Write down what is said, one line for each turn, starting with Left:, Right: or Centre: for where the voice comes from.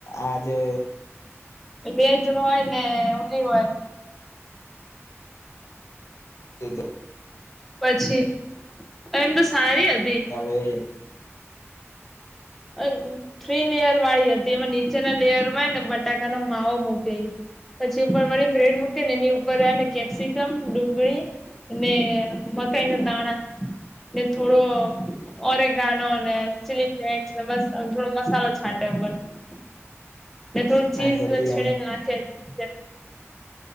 Left: આ જે
Centre: વેજ હોય ને ઉલી હોય
Left: એ જ
Centre: પછી, એમ તો સારી હ
Left: અવે
Centre: અ થ્રી લેયર વાળી હતી, એમાં નીચેના લેયર વાય ને બટાકાનો માવો મૂકે. પછી ઉપર વરી બ્રેડ મૂકીન ને એની ઉપર અને કેપ્સિકમ, ડુંગળી અને મકાઈ ના દાણા, ને થોડો ઓરેગાનો ને ચીલીફ્લેસ. બસ અન થોડો મસાલો છાંટે ઉપર થી. મેં થોડું
Left: શું પ્રાઇઝ
Centre: ચીઝ
Left: હતી
Centre: છીણીન નાખયે છે.